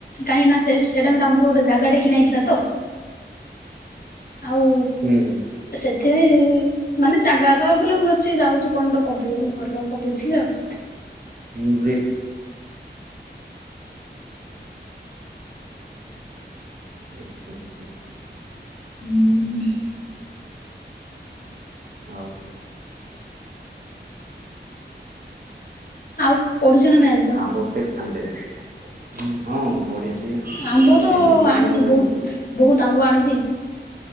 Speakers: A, on the left; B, on the right.
A: କାହିଁକି ନା ସେ ସେଟା ଆମର ଗୋଟେ ଜାଗାଟେ କିଣା ହେଇଥିଲା ତ? ଆଉ
B: ହୁଁ ହୁଁ।
A: ସେଥିପାଇଁ ମାନେ ଜାଗା ତ ଏଭଲେବୁଲ ଅ ସେ ଯାଉଛି କଣ ଗୋତେ କରିଦେଇ ଘର ଲୋକ କରିଦେଇଥିଲେ ଆଉ।
B: ହଁ ଯେ ଆଚ୍ଛା ଆଚ୍ଛା।
A: ହୁଁ।
B: ଆଉ
A: ଆଉ ପଢୁଚ ନା ଆ
B: <unintelligible> ପଢିଛି
A: ଆମ୍ବ
B: ଏଲେ ତ
A: ଆଣିଛି
B: ମୁଁ
A: ବହୁତ ବହୁତ ଆମ୍ବ ଆଣିଛି।